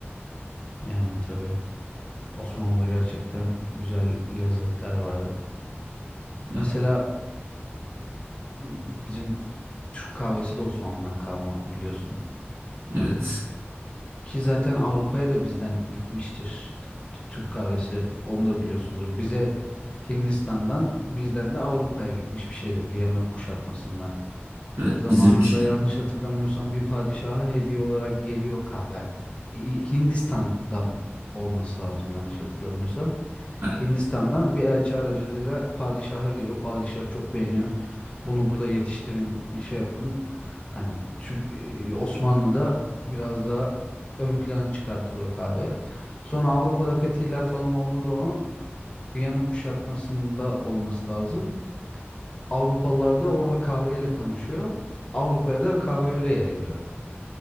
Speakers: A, on the left; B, on the right.
A: Yani tabii Osmanlı'da gerçekten güzel lezzetler vardı.
B: Ya,
A: Mesela bizim Türk kahvesi de Osmanlı'dan kalma biliyorsun.
B: evet,
A: Ki zaten Avrupa'ya da bizden gitmiştir t- t- Türk kahvesi. Onu da biliyorsundur. Bize Hindistan'dan bizden de Avrupa'ya gitmiş bir şeydir Viyana kuşatmasında.
B: evet
A: Zamanında
B: bizim için.
A: yanlış hatırlamıyorsam bir padişaha hediye olarak geliyor kahve. Hi- Hindistan'dan olması lazım yanlış hatırlamıyorsam.
B: E-
A: Hindistan'dan bir elçi aracılığıyla padişaha geliyor. Padişah çok beğeniyor. Bunu burada yetiştirin, şey yapın. Hani Tür- e, Osmanlı'da biraz daha ön plana çıkartılıyor kahve. Sonra Avrupa'da fetihler falan olduğu zaman Viyana kuşatmasında olması lazım. Avrupalılar da orada kahveyle tanışıyor. Avrupa'ya da kahve öyle yayılıyor.